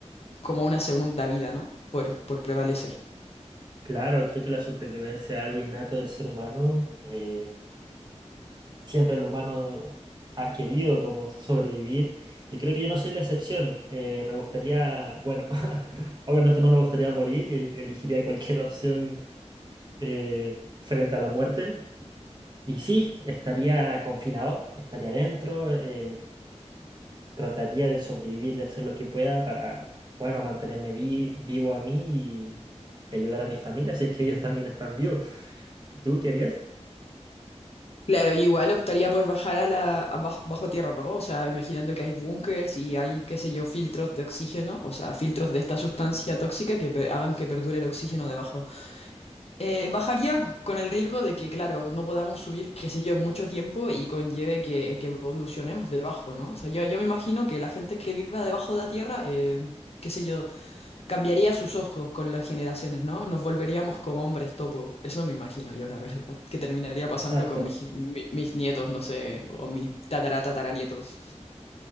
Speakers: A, on the left; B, on the right.
A: como una segunda vida, ¿no? Por, por prevalecer.
B: claro, creo que la supervivencia es algo innato del ser humano. eh, Siempre el humano ha querido como sobrevivir y creo que yo no soy la excepción. Eh, me gustaría, bueno, <laughs> obviamente no me gustaría morir y elegiría cualquier opción eh, frente a la muerte. Y sí, estaría confinado, estaría dentro, eh, trataría de sobrevivir, de hacer lo que pueda para, bueno, mantenerme vi- vivo a mí y, y ayudar a mi familia, si es que ellos también están vivos. ¿Tú qué harías?
A: Claro, yo igual optaría por bajar a la a baj- bajo, tierra, ¿no? O sea, imaginando que hay búnkers y hay, qué sé yo, filtros de oxígeno, o sea, filtros de esta sustancia tóxica que pe- hagan que perdure el oxígeno debajo. Eh, bajaría con el riesgo de que, claro, no podamos subir, qué sé yo, mucho tiempo y conlleve que, que evolucionemos debajo, ¿no? O sea, yo, yo me imagino que la gente que viva debajo de la tierra, eh, qué sé yo, Cambiaría sus ojos con las generaciones, ¿no? Nos volveríamos como hombres topo. Eso me imagino yo, la verdad. Que terminaría
B: Exacto,
A: pasando con mis, mi- mis nietos, no sé, o mis tatara tataranietos.